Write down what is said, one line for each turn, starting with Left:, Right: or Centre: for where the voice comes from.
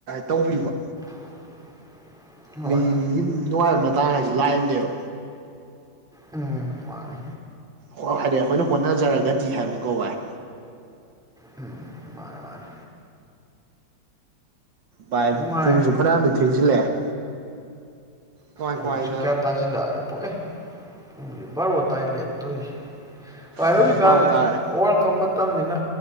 Right: ꯇꯧꯕꯤꯕ
Centre: <unintelligible> ꯍꯣꯏ
Right: ꯃꯤ ꯃꯤꯒꯤ ꯅꯨꯡꯉꯥꯏꯕ ꯃꯇꯥꯡ ꯍꯥꯏꯁꯤ ꯂꯥꯛꯏꯕꯅꯦꯕ
Centre: ꯎꯝ ꯃꯥꯅꯦ
Right: ꯍ ꯍꯥꯏꯗꯤ ꯑꯩꯈꯣꯏꯅ ꯍꯣꯠꯅꯖꯔꯒꯗꯤ ꯍꯥꯏꯕꯅꯤꯀꯣ ꯚꯥꯏ
Centre: ꯎꯝ ꯃꯥꯅꯦ ꯃꯥꯅꯦ
Right: ꯚꯥꯏ
Centre: ꯅꯨꯡꯉꯥꯏ
Right: ꯄꯨꯡꯁꯨ ꯐꯅꯌꯥꯝꯗꯤ ꯊꯦꯡꯖꯤꯜꯂꯛꯑꯦ ꯀꯃꯥꯏ
Centre: ꯄꯨꯡꯁꯤ
Right: ꯀꯃꯥꯏꯅ
Centre: ꯀꯌꯥ ꯇꯖꯤꯂꯛꯑꯒꯦ ꯄꯣꯛꯑꯦ ꯄꯨꯡꯖꯦ ꯚꯔꯣ ꯇꯥꯏ ꯂꯩꯝꯃꯦ ꯇꯣꯏꯁꯤ ꯚꯥꯏ
Right: ꯄꯨꯡ
Centre: ꯍꯧꯖꯤꯛꯀꯥꯟꯁꯤ
Right: ꯕꯥꯔꯣ ꯇꯥꯔꯦ
Centre: ꯋꯥꯔꯜ ꯀꯞ ꯃꯇꯝꯅꯤꯅ